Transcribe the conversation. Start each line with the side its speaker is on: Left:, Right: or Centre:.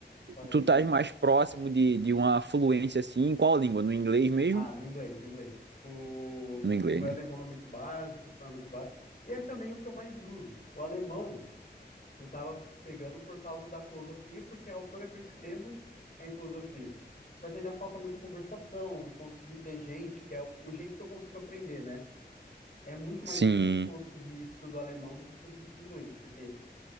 Left: Fala
Right: tu
Left: aí,
Right: estás
Left: fala aí.
Right: mais próximo de, de uma fluência assim, em qual língua? No inglês mesmo?
Left: Ah, no inglês, no inglês. O,
Right: No inglês,
Left: o meu
Right: né?
Left: alemão é muito básico, o espanhol é muito básico. E é também o que eu mais uso. O alemão eu tava pegando por causa da filosofia, porque a autora que eu escrevo é em filosofia. Só que ainda falta muita conversação, conseguir ter gente, que é o o jeito que eu consigo aprender, né? É muito
Right: Sim.
Left: mais difícil conseguir isso do alemão do que conseguir isso pro inglês, porque